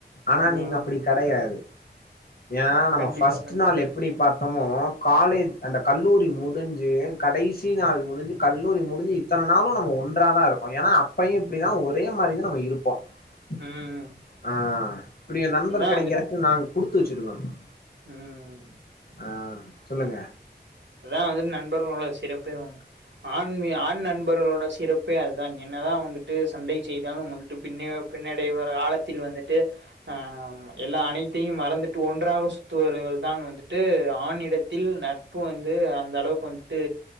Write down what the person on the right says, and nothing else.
ம்
கண்டிப்பா
கண்டிப்பா
ம் ம்
அதா
வந்துட்
ம் ம்
அதா வந்து நண்பர்களோட சிறப்பேவு ஆண் வி ஆண் நண்பர்களோட சிறப்பே அதுதான் என்னதா வந்துட்டு சண்டை செய்தாலும் வந்துட்டு பின்னே பின்னடை ஒரு காலத்தில் வந்துட்டு ஆ எல்லா அனைத்தையு மறந்துட்டு ஒன்றாக சுத்துவர்கள் தான் வந்துட்டு ஆண் இடத்தில் ந நட்பு வந்து அந்த அளவுக்கு வந்துட்டு